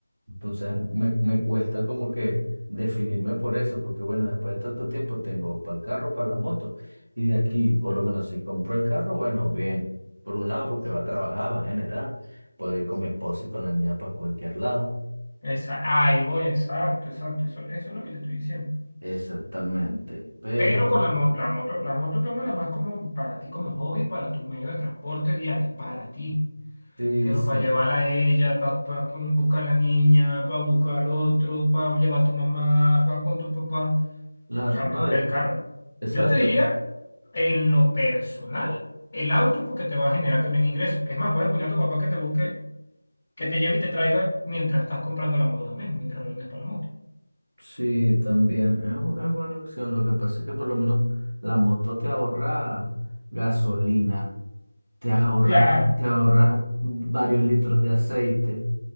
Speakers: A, on the right; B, on the left.
A: entonces me, me cuesta como que definirme por eso, porque bueno, después de tanto tiempo tengo para el carro, para la moto y de aquí, por lo menos si compro el carro, bueno, bien, por un lado porque va a trabajar, va a generar, puedo ir con mi esposa y con la niña para cualquier lado,
B: Esa, ahí voy, exacto, exacto, eso, eso es lo que te estoy diciendo.
A: exactamente, pero
B: Pero con la, mo- la moto, la moto tómala más como para ti como hobby, para tu medio de transporte diario, para ti.
A: sí,
B: Pero
A: sí,
B: para llevarla a ella, para, buscar a la niña, para buscar al otro, para llevar a tu mamá, para con tu papá.
A: claro,
B: O sea, mejor
A: no, y-
B: el carro.
A: exacto,
B: Yo te diría, en lo personal, el auto porque te va a generar también ingresos. Es más, puedes poner a tu papá que te busque que te lleve y te traiga mientras estás comprando la moto también, mientras reúnes para la moto.
A: Sí, también. Es, bu- es buena opción. Lo que pasa es que por lo menos la moto te ahorra gasolina, te ahorras,
B: Claro,
A: te ahorras varios litros de aceite.